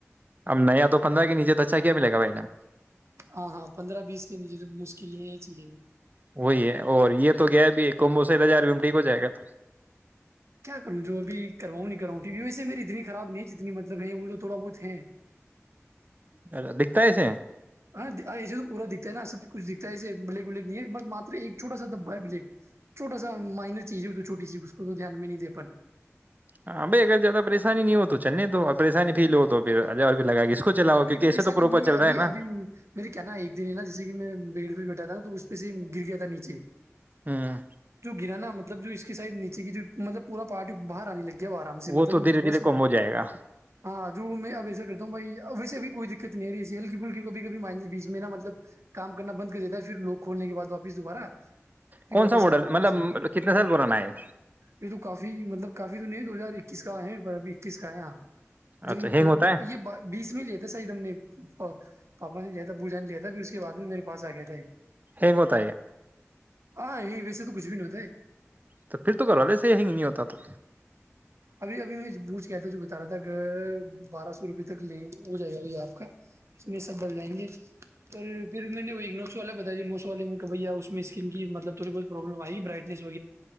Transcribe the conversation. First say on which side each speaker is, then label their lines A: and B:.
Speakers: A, on the right; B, on the right.
A: اب نیا تو پندرہ کے نیچے تو اچھا کیا ملے گا بھائی جان
B: ہاں ہاں پندرہ بیس کے نیچے مشکل ہے چیزیں
A: وہی ہے اور یہ تو گ ہے بھی ایک تو موس ہزارو میں ٹھیک ہو جائے گا تو
B: کیا کروں جو ابھی کرواؤں نہیں کراؤں کیکہ ویسے میری اتنی خراب نہیں جتنی مطلب ہے وہ جو تھوڑا بہت ہے
A: اچا دکھتا ہےسے
B: ہاں ایسے تو پورا دکھتا ہے نا سب کچھ دکھتا ہے ایے بلیک ولیک نہیں ہے بس مر ایک چھٹا سا دبا ہے بلیک چھوا سا مائنر چیز ہے چھوٹی سی اس کو تو دھیان میں نہیں دا
A: ہاں بھائی اگر زیادہ پریشانی نہیں ہو تو چلنے تو اور پریانی فیل ہو تو پھر لگا کے اس کو چلاؤ
B: نہیں نہیں
A: کیونکہ ایسے
B: پریشانی
A: تو پروپر
B: نہیں
A: چل
B: ہے ابھی
A: رہا
B: ابھی
A: نا
B: میرے کیا ن ایک دن ہے نا جیسے کہ میں بھیڑ بھیڑ بیٹھا تھا نا تو پچ گر گیا تھا نیچے
A: ہوں
B: جو گرا نا مطلب جو اس کے سائڈ نیچے س کی جو مطلب پورا پارٹی باہر آنے لگی گؤ آرام سے مطلب
A: تو
B: وہ
A: دھیرے دھیرے
B: بس
A: کم ہو جائے گا
B: ہاں جو میں اگ کتوں بائی ویے بھی کوئی دقت نہیں آ رہی اسی ہلک پلکی کھی کب منے بیچ میں نہ مطلب کام کرنا بند کر دیتا ہے پھر لوگ کھولنے کے بد واپس دوبارہ پھر
A: کون
B: واپس
A: سا ماڈل
B: کام کرنا
A: مطلب
B: سر
A: کتنے سال پرانا ہے
B: یہ تو کافی مطلب کافی تو نہیں دو ہزار اکیس کا ہے پر ابھی اکیس کا ہے یہاں ج
A: اچھا ہینگ
B: کو
A: ہوتا ہے
B: یہ بیس میں لیا تھا نے پاپا نے لیا تھا بوجا نے لیا تھا پھر اس کے بعد میں میرے پاس آ گیا تھا
A: ہگ گوت
B: ہاں یہ ویسے تو کچھ بھی نہیںتا
A: تو پھر تو گھر والے سے یہی نہیں ہوتا تو
B: ابھی ابھی میں بجھ کیا تھا جو بتا رہا تھا کہ بارہ سو روپے تک ل ہو جائے گا بھ آپ کا اس میں سب بل جائیں گے اور پھر میں نے وہ ایک نوسو والا بتایا جو نوسو والے میں کہ بھیا اس میں اسکن کی مطلب تھوڑی بہت پربلم آئی برائٹ ب وہ